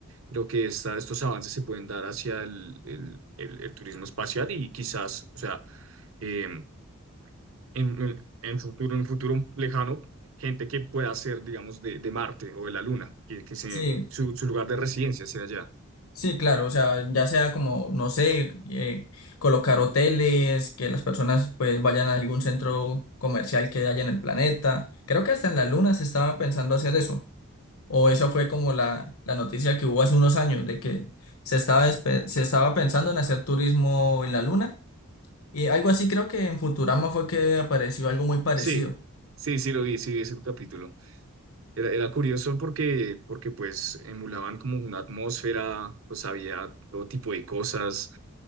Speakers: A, on the right; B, on the left.
A: creo que esta- estos avances se pueden dar hacia el, el- el- el turismo espacial y quizás, o sea... em, en, en- en futuro, en un futuro lejano, gente que pueda ser, digamos, de, de Marte o de la Luna, que, que se-
B: Sí,
A: su, su lugar de residencia sea allá.
B: sí, claro, o sea, ya sea como, no sé, eh, colocar hoteles, que las personas pues vayan a algún centro comercial que haya en el planeta. Creo que hasta en la Luna se estaba pensando hacer eso. O esa fue como la, la noticia que hubo hace unos años de que se estaba, despe- se estaba pensando en hacer turismo en la luna. Y algo así creo que en Futurama fue que apareció algo muy parecido.
A: Sí, sí, sí lo vi, sí vi ese capítulo. Era, era curioso porque, porque pues emulaban como una atmósfera, pues había todo tipo de cosas.